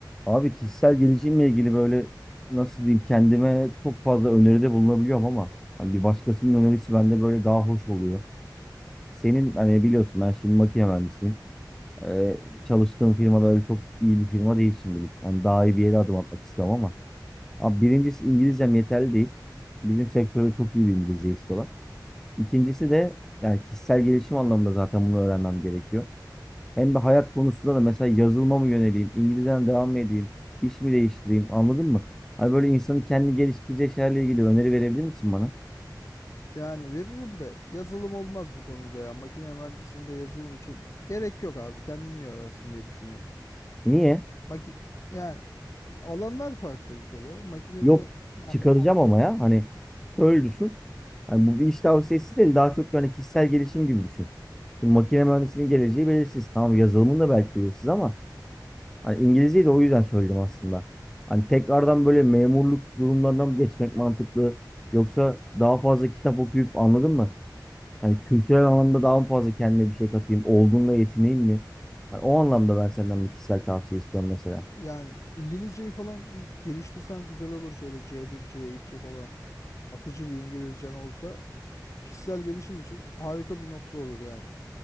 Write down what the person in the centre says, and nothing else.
Abi kişisel gelişimle ilgili böyle nasıl diyeyim kendime çok fazla öneride bulunabiliyorum ama hani bir başkasının önerisi bende böyle daha hoş oluyor. Senin hani biliyorsun ben şimdi makine mühendisiyim. Ee, çalıştığım firma da öyle çok iyi bir firma değil şimdilik. Hani daha iyi bir yere adım atmak istiyorum ama. Abi birincisi İngilizcem yeterli değil. Bizim sektörde çok iyi bir İngilizce istiyorlar. İkincisi de yani kişisel gelişim anlamında zaten bunu öğrenmem gerekiyor. Hem de hayat konusunda da mesela yazılıma mı yöneleyim, İngilizceden devam mı edeyim, iş mi değiştireyim anladın mı? Hani böyle insanın kendi geliştireceği şeylerle ilgili öneri verebilir misin bana?
Niye?
Yok
çıkaracağım ama ya hani şöyle düşün. Hani bu bir iş tavsiyesi değil daha çok yani kişisel gelişim gibi düşün. Şimdi makine mühendisinin geleceği belirsiz. Tamam yazılımın da belki belirsiz ama hani İngilizceyi de o yüzden söyledim aslında. Hani tekrardan böyle memurluk durumlarına mı geçmek mantıklı? Yoksa daha fazla kitap okuyup anladın mı? Yani kültürel anlamda daha mı fazla kendime bir şey katayım? Olduğunla yetineyim mi? Yani o anlamda ben senden bir kişisel tavsiye istiyorum mesela.